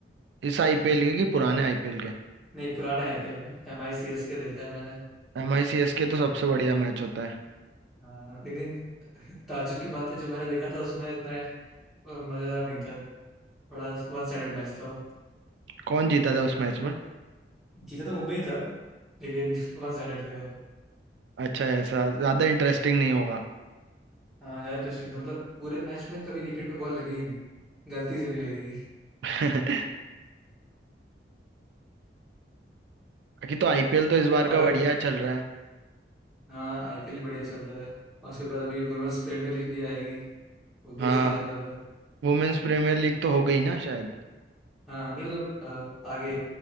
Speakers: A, on the right; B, in the centre.
A: इस आईपीएल के कि
B: एम
A: पुराने
B: आई
A: आईपीएल के
B: नहीं पुराने आईपीएल में M I C S K देखा है मैंने
A: एम आई सी एस के तो सबसे बढ़िया मैच होता है
B: हाँ लेकिन <laughs> ताज्जुब की बात है जो मैंने देखा था उसमें इतना अ, मज़ेदार नहीं था बड़ा वन साइडेड मैच था वो।
A: कौन जीता था उस मैच में
B: जीता तो मुंबई था लेकिन <laughs> वन साइडेड था
A: अच्छा ऐसा ज्यादा इंटरेस्टिंग नहीं होगा
B: हाँ ज्यादा इंटरेस्टिंग था मतलब पूरे मैच में कभी विकेट पे बॉल लगी ही नहीं गलती से भी लगी नहीं
A: <laughs> बाकी तो आईपीएल तो इस बार
B: और
A: का
B: अभी
A: बढ़िया चल रहा है
B: हाँ आईपीएल भी बढ़िया चल रहा है और उसके बाद अभी वुमेन्स प्रीमियर लीग भी आएगी वो भी
A: हाँ
B: अच्छा चल रहा था
A: वुमेन्स प्रीमियर लीग तो हो गई ना शायद
B: हाँ नहीं मतलब अ, आगे